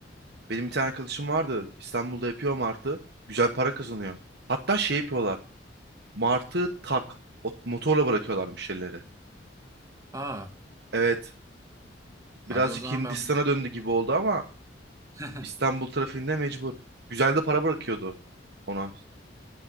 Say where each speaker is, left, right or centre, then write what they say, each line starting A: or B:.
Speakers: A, on the right; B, on the right.
A: Benim bir tane arkadaşım vardı. İstanbul'da yapıyor Martı. Güzel para kazanıyor. Hatta şey yapıyorlar. Martı tak o- motorla bırakıyorlarmış şeyleri.
B: Aa,
A: Evet birazcık
B: Abi o zaman
A: Hindistan'a
B: ben
A: döndü gibi oldu ama
B: <laughs>
A: İstanbul trafiğinde mecbur. Güzel de para bırakıyordu ona.